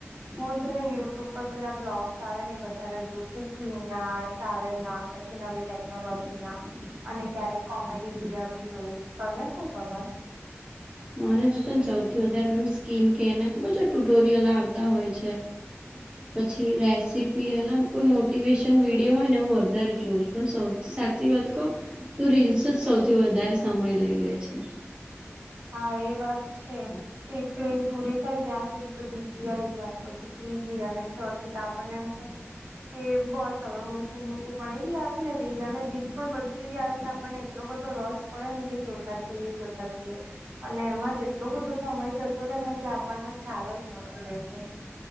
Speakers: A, on the right; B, on the right.
A: હું છે ને યુટ્યુબ પર પેલા બ્લોગ્સ આવે ને વધારે જોઉું કુકિંગ ના ટ્રાવેલ ના પછી નવી ટેકનોલોજી ના અને ક્યારેક કોમેડી વિીડિયા બી જોવું તને શું ગમે
B: મનજ છેને સૌથી વધારે આપડે સ્કીન કેને ખૂબ જ ટુટોરિયલ આવતા હોય છે પછી રેસીપી અને કોઈ મોટિવેશન વિડીયો હું વધારે જોઉં છું પણૌ સાચી વાત કહુ તું રીલ્સ જ સૌથી વધારે સમય લઈ લે છે
A: હા એ વાત છે એકિલ પૂરી થાય ત્યાં સુધી તો બીજી આવી જાય પછી ત્રીજી અને ચોથી તો આપણને એમ થાય કે બસ હવે મુકું મુકું પણ એવી આવે ને રીલ અને રીલ પણ બધી એવી આવે કે આપણને એટલો બધો રસ પડે ને કે જોતા જઈએ જોતા જ જઈએ અને એમાં જેટલો બધો સમય જતો રહેે ને તે આપણને ખ્યાલ જ નથી રેતો